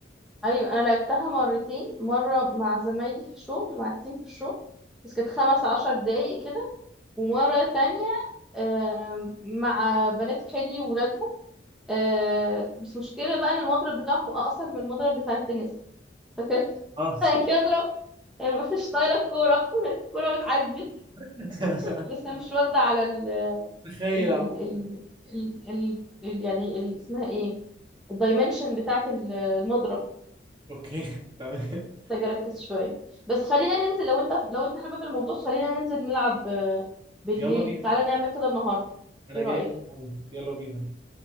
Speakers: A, in the centre; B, on the right.
A: ايوه انا لعبتها مرتين مرة مع زمايلي في الشغل مع التيم في الشغل بس كانت خمس عشر دقايق كده ومرة تانية آم، مع بنات خالي وولادهم آه، بس مشكلة بقى ان المضرب بتاعهم اقصر من المضرب بتاع التنس فكان
B: اه
A: <laughs> كده اضرب يعني ما فيش طايله الكوره <laughs> الكوره بتعدي
B: <laughs>
A: لسه مش واخده على ال
B: تخيل
A: ال
B: عموما
A: ال ال, ال, ال يعني ال اسمها ايه الدايمنشن بتاعه ال- المضرب
B: اوكي تمام
A: محتاجه اركز شويه بس خلينا ننزل لو انت لو انت حابب الموضوع خلينا ننزل نلعب آه، بالليل
B: يلا بينا
A: تعالى نعمل كده النهارده
B: انا
A: ايه
B: جاي
A: رايك
B: من الأول. يلا بينا